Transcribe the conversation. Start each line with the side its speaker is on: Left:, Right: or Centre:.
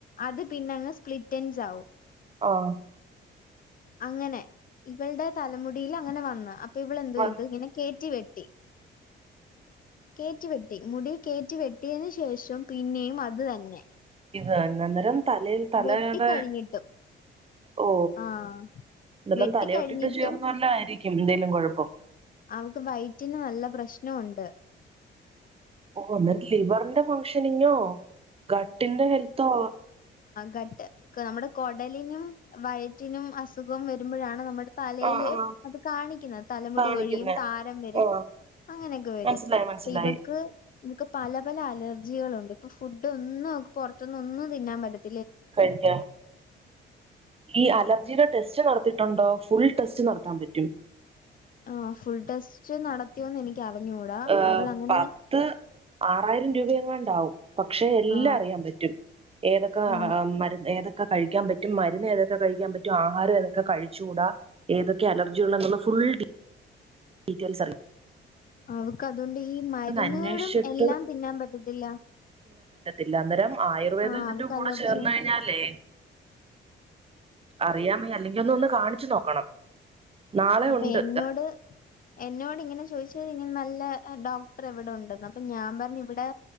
Left: അത്. പിന്നെ അങ് സ്പ്ലിറ്റൻസ് ആകും.
Right: <unintelligible>
Left: അങ്ങനെ ഇവളുടെ തലമുടിയിൽ അങ്ങനെ വന്ന് അപ്പൊ ഇവൾ എന്തോയ്ത്
Right: വന്ന്
Left: ഇങ്ങനെ കെ റ്റി വെട്ടി കേറ്റി വെട്ടി മുടി കേറ്റി വെട്ട്ടി ട്ടിയന് ശേഷം പിന്നെയും അതു തന്നെ.
Right: ആ അന്നന്നരം തലയിൽ തലയൊടെ
Left: വെട്ടി കഴിഞ്ഞിട്ടും
Right: ഓ
Left: ആ
Right: ഇതെല്ലാം
Left: വെട്ടിക്കഴിഞ്ഞിട്ടും
Right: തലയൊട്ടിട്ട ചേർന്നവലോം ആയിരിക്കും എന്തേലും കൊഴപ്പം.
Left: അവക്ക് വയറ്റിന് നല്ല പ്രശ്നൊണ്ട്
Right: ഓ എന്നിട്ട് ലിവറിന്റെ ഫംഗ്ഷനിങ്ങോ ഗട്ടിന്റെ ഹെൽത്തോ
Left: ഘട്ട് നമ്മുടെ കൊടലിനും വയറ്റിനും അസുഖം വരുമ്പോഴാണ് നമ്മുടെ തലയില്
Right: ആ ആ
Left: അത് കാണിക്കുന്ന തലമുടി
Right: കാണിക്കുന്നെ
Left: കൊഴിയും താരൻ വരും.
Right: ആ
Left: അങ്ങനെയൊക്കെ വരും
Right: മനസ്സിലായി മനസ്സിലായി
Left: അപ്പൊ ഇവക്ക് വക്ക് പല പല അലർജികളുണ്ട് ഇപ്പൊ ഫുഡ് ഒന്നും അവക്ക് പൊറത്തിന്നൊന്നും തിന്നാൻ പറ്റത്തില.
Right: കഴിക്ക ഈ അലർജിയുടെ ടെസ്റ്റ് നടത്തിയിട്ടുണ്ടോ ഫുൾ ടെസ്റ്റ് നടത്താൻ പറ്റും.
Left: ആ ഫുൾ ടെസ്റ്റ് നടത്തിയോന്ന് എനിക്ക് അറിഞ്ഞൂടാ
Right: ആ
Left: അവളങ്ങനെ
Right: പത്ത് ആറായിരം രൂപ എങ്ങാണ്ടാവും പക്ഷെ എല്ലാം
Left: ആ
Right: അറിയാൻ പറ്റും. ഏതൊക്കെ
Left: ആ
Right: മരുന്ന് ഏതൊ ക്കെ കഴിക്കാൻ പറ്റും മരുന്ന് ഏതൊക്കെ കഴിക്കാൻ പറ്റും ആഹാരം തൊക്കെ കഴിചൂട ഏതൊക്കെ അലർജിയുള ഫുൾ ഡീ ഡീറ്റെയിൽസ് അറിയാ.
Left: അവക്ക് അതുകൊണ്ട് ഈ മരുന്നുകളും
Right: അന്വേഷിച്ചിട്ട്
Left: എല്ലാം തിന്നാൻ പറ്റത്തില്ല
Right: ഇല്ലന്നെരം ആയുർവേദം
Left: ആ
Right: ഇതിന്റെ
Left: അവക്ക്
Right: കൂടെ
Left: അലർജിയാ
Right: ചേർന്ന് കഴിഞ്ഞാലേ അറിയാമ അല്ലെകിലൊഒന്ന് കാണിച്ചു നോക്കണം. നാളെ
Left: അപ്പൊ
Right: ഉണ്ട്
Left: എന്നോട് എന്നോട് ഇങ്ങനെ ചോദിച്ച നല്ല ഡോക്ടർ എവിടെ ഉണ്ടന്ന് അപ്പൊ ഞാൻ പറഞ്ഞു ഇവിടെ